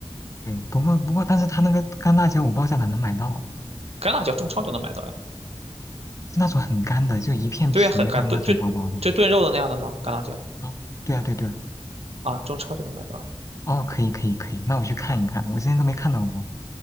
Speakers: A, on the left; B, on the right.
A: 哎，不过不过，但是它那个干辣椒我不知道在哪能买到，
B: 干辣椒中超就能买到呀？
A: 是那种很干的，就一片皮一样那种薄薄的。
B: 对呀，很干，炖就就炖肉的那样的吗？干辣椒
A: 啊，对啊对对啊，
B: 啊，中超就能买到呀
A: 哦，可以可以可以，那我去看一看，我之前都没看到过。